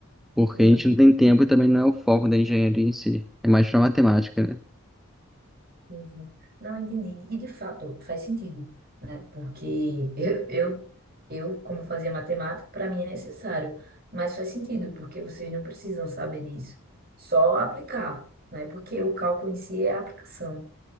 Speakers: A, in the centre; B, on the right.
A: Porque
B: entendi.
A: a gente não tem tempo e também não é o foco da engenharia em si. É mais pra matemática, né?
B: entendi. Não entendi. E de fato, faz sentido. porque eu, eu, eu como eu fazia matemática, para mim é necessário, mas faz sentido, porque vocês não precisam saber disso, só aplicar, né? Porque o cálculo em si é a aplicação,